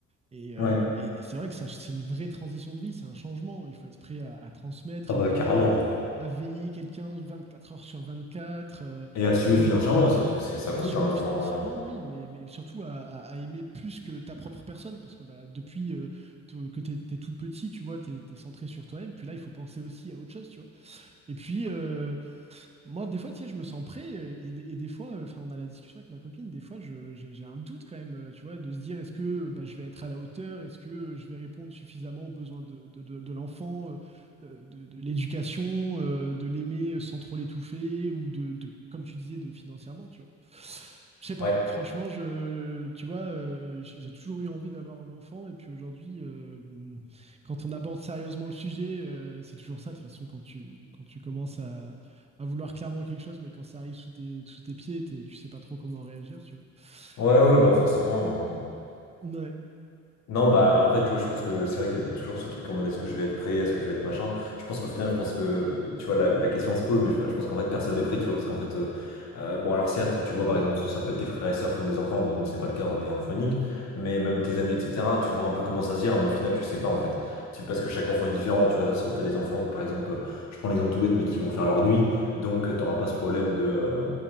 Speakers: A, on the right; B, on the left.
A: Et, euh,
B: ouais,
A: et- et c'est vrai que ça, c'est une vraie transition de vie, c'est un changement. Il faut être prêt à, à transmettre,
B: ah
A: à
B: bah,
A: aimer,
B: carrément.
A: à, à veiller quelqu'un 24 heures sur 24, euh,
B: Et assumer
A: même
B: financièrement aussi, parce que c'est- ça coûte,
A: assumer
B: hein, un
A: financièrement,
B: enfant. euh.
A: oui, mais, mais surtout à, à- à aimer plus que ta propre personne, parce que bah, depuis euh, t- que t'es, t'es tout petit, tu vois, t'es, t'es centré sur toi-même. Puis là, il faut penser aussi à autre chose, tu vois. Et puis, euh, moi, des fois, tu sais, je me sens prêt euh, et, des- et des fois, enfin, on a la discussion avec ma copine, des fois, je- j'ai j'ai un doute quand même, euh, tu vois, de se dire, est-ce que euh, bah, je vais être à la hauteur, est-ce que euh, je vais répondre suffisamment aux besoins de, de- de- de l'enfant, euh, euh, de, de l'éducation, euh, de l'aimer euh, sans trop l'étouffer ou de, de- comme tu disais, de financièrement, tu vois. Je sais pas,
B: Ouais,
A: franchement, je, tu vois, euh, j'ai j'ai toujours eu envie d'avoir un enfant et puis aujourd'hui, euh, quand on aborde sérieusement le sujet, euh, c'est toujours ça, de toute façon, quand tu, quand tu commences à à vouloir clairement quelque chose, mais quand ça arrive sous tes, sous tes pieds, t'es- tu sais pas trop comment réagir, tu vois.
B: ouais, ouais,
A: Et
B: bah, forcément. euh,
A: euh, ouais.
B: Non, bah après, tu vois, je pense que c'est vrai que tu as toujours ce truc en mode est-ce que je vais être prêt, est-ce que je vais être machin. Je pense qu'au final, je pense que, tu vois, la, la question se pose, mais je, je pense qu'en fait, personne n'est prêt, tu vois, parce qu'en fait, euh, euh, bon, alors certes, tu vois, par exemple, ça peut être tes frères et sœurs qui ont des enfants, bon, nous, c'est pas le cas, on est enfant unique, mais même tes amis, etc., tu vois un peu comment ça se gère, mais au final, tu sais pas, en fait. Tu, parce que chaque enfant est différent, tu vois, ça se trouve, tu as des enfants, par exemple, je prends l'exemple tout bête, mais qui vont faire leur nuit, donc euh, t'auras pas ce problème de, euh,